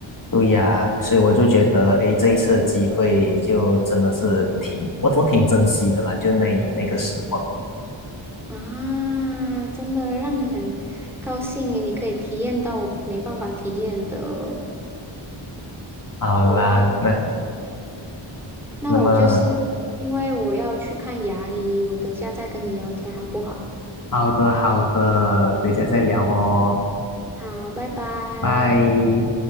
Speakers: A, on the left; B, in the centre.
A: 对呀，所以我就觉得，诶，这一次的机会就真的是挺，我我挺珍惜的啦，就是那一那个时光。
B: 啊，真的让你很高兴耶，你可以体验到我没办法体验的。
A: 好啦，
B: 好啦，
A: 那
B: 那我就是因为我要去看牙医，
A: 那么
B: 我等一下再跟你聊天好不好？
A: 好的好的，等一下再聊哦，
B: 好，拜拜。
A: 拜。